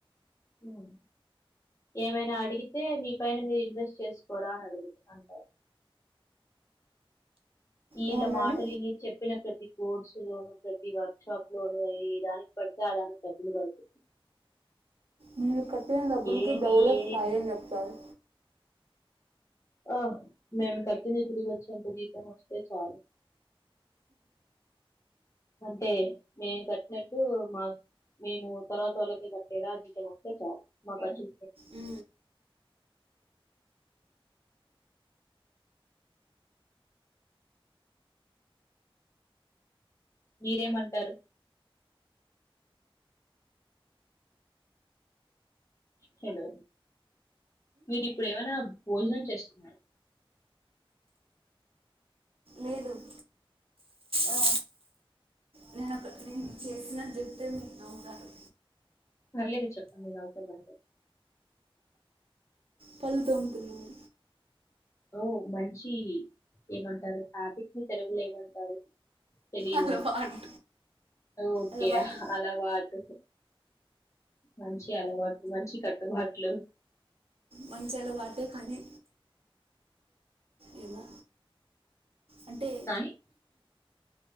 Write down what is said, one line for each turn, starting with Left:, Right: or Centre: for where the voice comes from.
Left: ఉమ్ ఏమైనా అడిగితే మీ పైన మీరు ఇన్వెస్ట్ చేసుకోరా అని అడుగుత అంటారు వీళ్ళ
Right: ఏమన్నాడు
Left: మాటలు విని చెప్పినక ప్రతి కోర్సు లోనుూ ప్రతి వర్క్ షాప్ లోనుూ ఏ దానికి పడితే ఆ దానికి డబ్బులు కడుతుంది
Right: మీరు కట్టిన డబ్బులకే
Left: ఏది
Right: డబుల్ వస్తాయిని
Left: ఏది
Right: చెప్తారు
Left: ఆ మేమ్ కట్టింది తిరిగి వచ్చేంత జీతం వస్తే చాలు అంటే మేం కట్టినట్టు మాకు మేము తర్వాత వాళ్ళక కట్టేలా జీవితం వస్తే చాలు మా కచ్చి
Right: అ
Left: మీరేమంటారు హలో మీరు ఇప్పుడు ఏమైనా భోజనం చేస్తున్నారు
Right: లేదు ఆ నేను ఒక నేను చేసిన చెప్తే మీకు నవ్వుతారు
Left: పర్లేదు చెప్పు నవ్వుకుందాం
Right: పళ్ళు తింటున్నాను
Left: ఓ మంచి ఏమంటారు హాబిట్ ని తెలుగులో ఏమంటారు తెలిదు
Right: అలవాటు
Left: ఓకే
Right: అలవాటు
Left: అలవాటు మంచి అలవాట్లు మంచి కట్టుబాట్లు
Right: మంచి అలవాటే కానీ ఏమో అంటే
Left: కానీ